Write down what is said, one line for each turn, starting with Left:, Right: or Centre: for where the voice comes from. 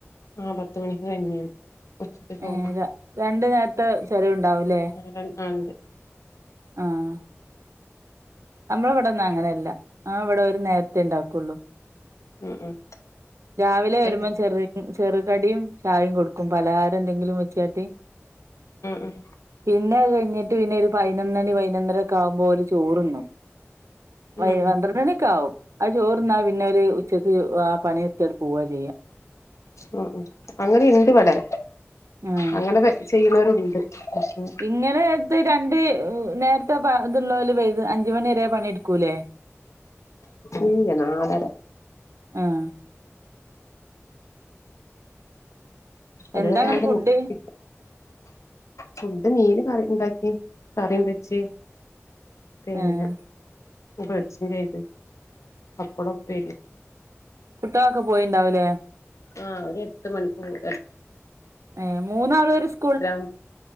Left: ആഹ് പത്ത് മണിക്ക് കഞ്ഞിയാണ് ഉച്ചക്ക് ചോറ്
Right: ഏഹ് ര രണ്ട് നേര്ത്തെ ചെലവ്ഇണ്ടാവുംലെ
Left: ആഹ് രൻ ആ ണ്ട്
Right: ആഹ് നമ്മളെ ഇവടെന്നും അങ്ങനെയല്ല ആ ഇവടെ ഒരുനേര്ത്തെ ഇണ്ടാക്കൊള്ളു
Left: ഉം ഉം
Right: രാവിലെ വെരുമ്പോ
Left: ഉം
Right: ചെറി ചെറു കടിയും ചായയും കൊടുക്കും പലഹാരം എന്തെങ്കിലും വെച്ചു കാട്ടി
Left: ഉം
Right: പിന്നെ അത് കഴ്ഞ്ഞിട്ട് പിന്നെ ഒരു പയ്നൊന്നണി പയ്നൊന്നര ഒക്കെ ആകുമ്പോ ഓല് ചോർതിന്നും പയ്
Left: ഉം
Right: പന്ത്രണ്ടണിക്കെആവും ആ ചോറിന്നാ പിന്നെ ഓല് ഉച്ചെക്ക് ആ പണിനിർത്തിയാണ്ട് പോവചെയ്യാ
Left: ഉം ഉം അങ്ങനീണ്ട് വടെ
Right: ആഹ്
Left: അങ്ങനെ വെയ് ചെയ്യുന്നോരുണ്ട് പക്ഷേ
Right: ഇങ്ങനെത് രണ്ട് നേർത്തെ വ് ഇത്ള്ളോല് വൈക് അഞ്ച്മണിവെരെ പണിയെടുക്കൂലേ
Left: ഇല്ല നാലെര
Right: ആഹ്
Left: അത്
Right: എന്താ
Left: വെരാണ്ട്
Right: ഇങ്ങട്ട് ഫുഡ്
Left: മുട്ടി ഫുഡ് മീന് കറിഇണ്ടാക്കി കറിംവെച്ച് പിന്നെ
Right: ഏഹ്
Left: പൊര്ച്ചും ചെയ്ത് പപ്പടോം ഉപ്പേരിം
Right: കുട്ടികളൊക്കെ പോയിണ്ടാവൂലേ
Left: ആഹ് ഒര് എട്ട് മണിക്കോവും എ
Right: ഏഹ് മൂന്നാളും ഒരു സ്
Left: എട്ടര ആവും